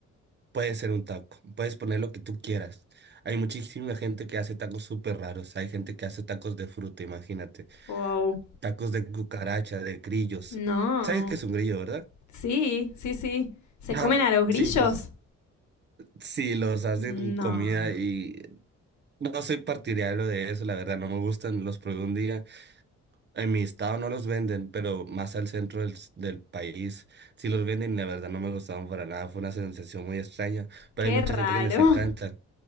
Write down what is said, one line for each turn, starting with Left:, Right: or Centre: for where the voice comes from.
Right: puede ser un taco, puedes poner lo que tú quieras. Hay muchísima gente que hace tacos súper raros, hay gente que hace tacos de fruta, imagínate,
Left: Wow.
Right: tacos de cucaracha, de grillos.
Left: No.
Right: ¿Sabes qué es un grillo, verdad?
Left: Sí, sí, sí. ¿Se
Right: Ah,
Left: comen a los grillos?
Right: sí, pues sí, los hacen
Left: No.
Right: comida y no soy partidario de eso, la verdad, no me gustan, los probé un día. En mi estado no los venden, pero más al centro del, s- del país sí los venden y la verdad no me gustaron para nada. Fue una sensación muy extraña, pero
Left: Qué
Right: hay mucha
Left: raro.
Right: gente que les encantan.